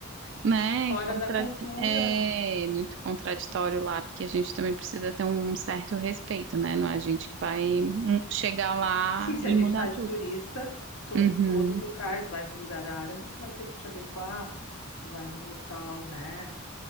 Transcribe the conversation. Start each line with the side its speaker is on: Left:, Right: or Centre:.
Right: Né?
Left: Fora
Right: Contra...
Left: da cultura,
Right: É
Left: né?
Right: muito contraditório lá, porque a gente também precisa ter um certo respeito, né? Não é a gente que vai
Left: É.
Right: hum, chegar lá
Left: Sim, se
Right: e
Left: a gente
Right: mudar
Left: está de
Right: tudo.
Left: turista, to-
Right: Uhum,
Left: em todos os locais, vai num lugar árabe, tu vai ter que te adequar, tu vai num local, né?